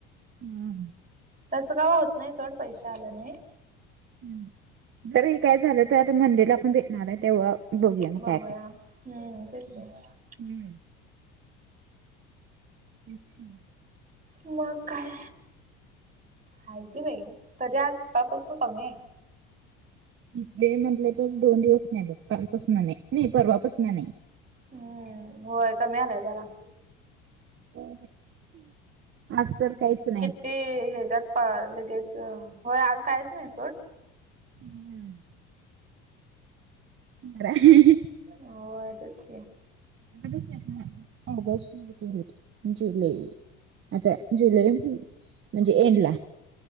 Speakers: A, on the right; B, on the right.
A: हम्
B: तसं काव होत नाही चड पैसे आले नाही
A: ह जरी काय झालं तर आता मंदिरला आपण भेटणार आहे तेव्हा. बोघ
B: बघूया
A: काय काय
B: हम्म तेच
A: हम्?
B: नाही
A: अच्छा.
B: मग काय आहे की बाई तरी आजकाळपासून कमी आहे.
A: इथे म्हटलं तर दोन दिवस नाही बघ कालपासून नाही नाही परवापासून नाही.
B: हम्म होय कमी आलाय जरा
A: हो अस तर काहीच नाही.
B: ती हच्यात प लगेच होय आज काहीच नाही सोड.
A: हम्म ब
B: हो तेच.
A: ब त य जुलै आता जुलै म्हणजे एंड ला